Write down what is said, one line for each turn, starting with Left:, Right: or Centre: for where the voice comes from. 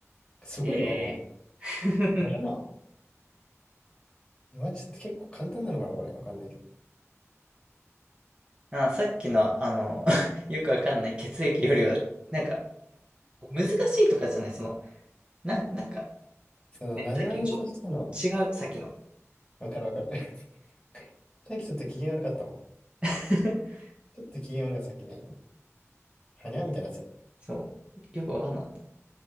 Left: すごいわ、
Right: えーイ。
Left: お前。
Right: <laughs>
Left: やるな。今ちょっと結構簡単なのかな、これ。わかんないけど。
Right: あ、さっきの、あの、<laughs> よくわかんない血液よりは、なんか、難しいとかじゃない、その、なん、なんか、
Left: その、
Right: ね、
Left: なぞなぞとしての、
Right: さっきのちょっと違う、さっきの。
Left: わかるわかる。<laughs> 大輝ちょっと機嫌悪かったもん。
Right: <laughs>
Left: ちょっと機嫌悪かった、さっきね。はにゃみたいなやつ。
Right: そう。よくわかんなかった。